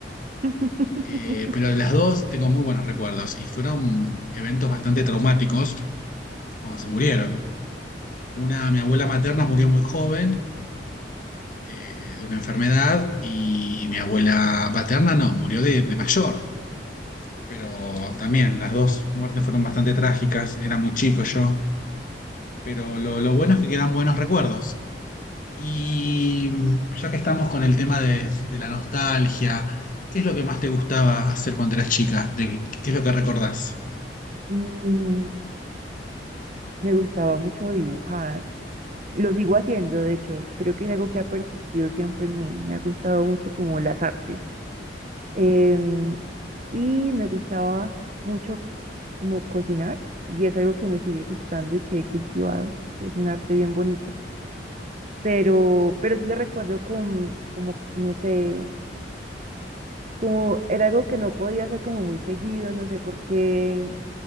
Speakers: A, on the right; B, on the left.
A: <laughs>
B: Eh, pero de las dos tengo muy buenos recuerdos y fueron eventos bastante traumáticos cuando se murieron. Una, mi abuela materna murió muy joven eh, de una enfermedad y mi abuela paterna no, murió de, de mayor, pero también las dos muertes fueron bastante trágicas, era muy chico yo, pero lo, lo bueno es que quedan buenos recuerdos. Y mm, ya que estamos con el tema de, de la nostalgia, ¿qué es lo que más te gustaba hacer cuando eras chica? ¿De- ¿qué es lo que recordás?
A: Mm, Me gustaba mucho dibujar. Lo sigo haciendo, de hecho. Creo que es algo que ha persistido siempre en mí. Me ha gustado mucho como las artes. Em, y me gustaba mucho como cocinar. Y es algo que me sigue gustando y que he cultivado, que es un arte bien bonito. Pero, pero sí lo recuerdo como, como, no sé, como era algo que no podía hacer como muy seguido, no sé por qué,